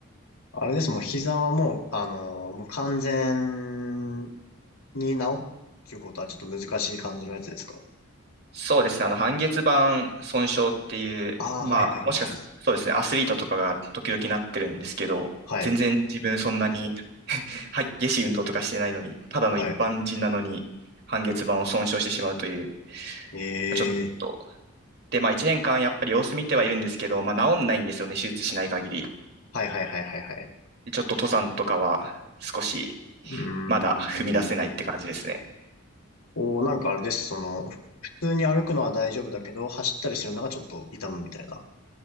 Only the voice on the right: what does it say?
そうですね。あの、半月板損傷っていう、
まあ、
もしかすそうですね、アスリートとかが時々なってるんですけど、
全然自分そんなに激しい運動とかしてないのに、ただの一般人なのに、
半月板を損傷してしまうという、
ちょっと。で、まあ、1年間やっぱり様子見てはいるんですけど、まあ、治んないんですよね、手術しない限り。
でちょっと登山とかは少し
まだ踏み出せないって感じですね。